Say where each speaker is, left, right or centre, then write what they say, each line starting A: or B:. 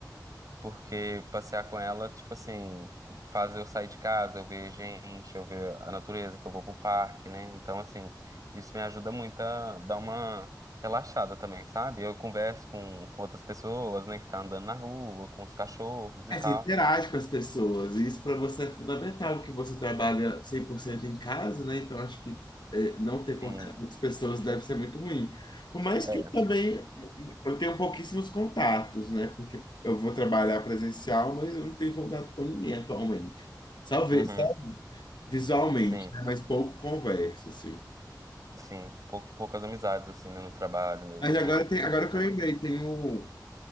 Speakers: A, on the right; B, on the left.
A: Porque passear com ela, tipo assim, faz eu sair de casa, eu ver gente, eu ver a natureza, que eu vou pro parque, né? Então, assim, isso me ajuda muito a dar uma relaxada também, sabe? Eu converso com, com outras pessoas, né, que tá andando na rua, com os cachorros e
B: É,
A: tal.
B: você interage com as pessoas, e isso para você é fundamental, que você trabalha 100% em casa, né? Então, acho que é, não
A: Sim,
B: ter contato com as pessoas deve ser muito ruim. Por mais
A: é.
B: que eu também, eu tenho pouquíssimos contatos, né? Porque eu vou trabalhar presencial, mas eu não tenho contato com ninguém atualmente. Só, vi-
A: Uhum,
B: só visualmente,
A: sim,
B: né? Mas pouco converso, assim.
A: sim. Pou- poucas amizades, assim, né, no trabalho mesmo,
B: Mas agora,
A: né?
B: tem, agora que
A: É.
B: eu lembrei, tem o,